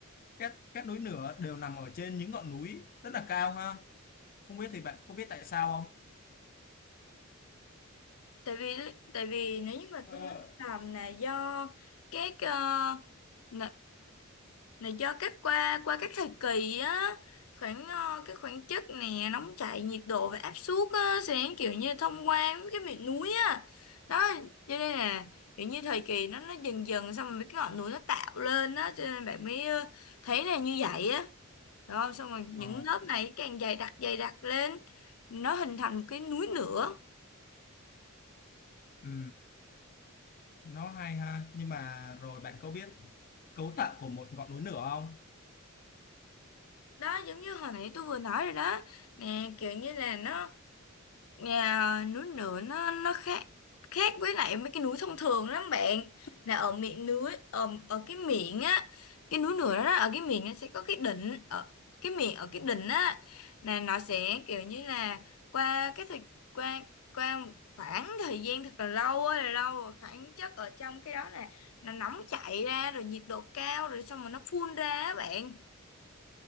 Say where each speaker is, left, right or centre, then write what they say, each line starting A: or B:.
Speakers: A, on the left; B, on the left.
A: các các núi lửa đều nằm ở trên những ngọn núi rất là cao ha không biết thì bạn có biết tại sao không
B: tại vì tại vì nếu như mà
A: Ờ,
B: tôi nói làm là do các ờ, là, là do các qua qua các thời kỳ á khoảng ờ, cái khoảng chất nè nóng chảy nhiệt độ và áp suất á sẽ kiểu như thông qua với cái miệng núi á đó cho nên là kiểu như thời kỳ nó nó dần dần xong rồi mấy cái ngọn núi nó tạo lên á cho nên bạn mới ờ, thấy là như vậy á đó xong rồi những
A: Ờ,
B: lớp này càng dày đặc dày đặc lên nó hình thành một cái núi nữa
A: ừ. nó hay ha nhưng mà rồi bạn có biết cấu tạo của một ngọn núi lửa không
B: đó giống như hồi nãy tôi vừa nói rồi đó nè kiểu như là nó nhà núi lửa nó nó khác khác với lại mấy cái núi thông thường lắm bạn là ở miệng núi ở, ở cái miệng á cái núi lửa đó ở cái miệng nó sẽ có cái đỉnh ở cái miệng ở cái đỉnh á là nó sẽ kiểu như là qua cái thời qua qua một khoảng thời gian thật là lâu á là lâu rồi khoảng chất ở trong cái đó là nó nóng chảy ra rồi nhiệt độ cao rồi xong rồi nó phun ra á bạn